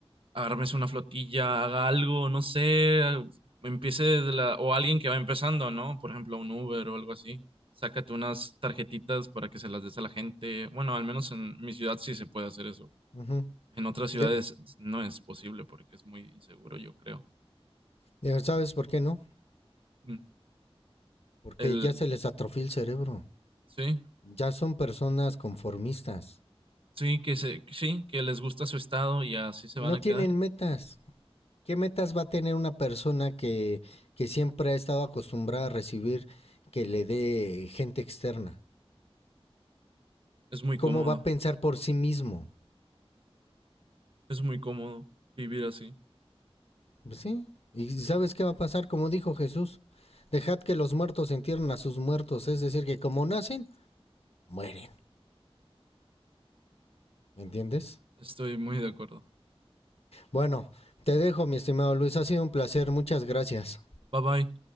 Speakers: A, on the right; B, on the left.
A: agárrese una flotilla, haga algo, no sé, ah, empiece de la, o alguien que va empezando, ¿no? Por ejemplo, un Uber o algo así. Sácate unas tarjetitas para que se las des a la gente. Bueno, al menos en mi ciudad sí se puede hacer eso.
B: Ujú.
A: En otras
B: Ya,
A: ciudades no es posible porque es muy inseguro, yo creo.
B: Ya ¿Sabes por qué no?
A: Mm.
B: Porque
A: El,
B: ya se les atrofió el cerebro.
A: sí,
B: Ya son personas conformistas.
A: sí, que se, sí, que les gusta su estado y así se
B: No
A: van a
B: tienen
A: quedar.
B: metas. ¿Qué metas va a tener una persona que, que siempre ha estado acostumbrada a recibir que le dé gente externa?
A: Es muy
B: ¿Cómo
A: cómodo,
B: va a pensar por sí mismo?
A: es muy cómodo vivir así.
B: Pues sí. ¿Y sabes qué va a pasar? Como dijo Jesús, dejad que los muertos entierren a sus muertos. Es decir, que como nacen, mueren. ¿Me entiendes?
A: Estoy muy de acuerdo.
B: Bueno, te dejo, mi estimado Luis. Ha sido un placer. Muchas gracias.
A: Bye bye.